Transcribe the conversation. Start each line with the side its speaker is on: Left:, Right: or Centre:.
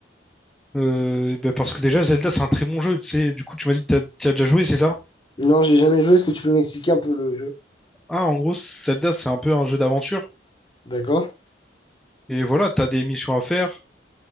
Centre: euh, bah parce que déjà, Zelda, c'est un très bon jeu, tu sais. Du coup, tu m'as dit que t'as, t'y as déjà joué, c'est ça?
Left: Non, j'ai jamais joué. Est-ce que tu peux m'expliquer un peu le jeu?
Centre: Ah, en gros, Zelda, c'est un peu un jeu d'aventure.
Left: D'accord.
Centre: Et voilà, t'as des missions à faire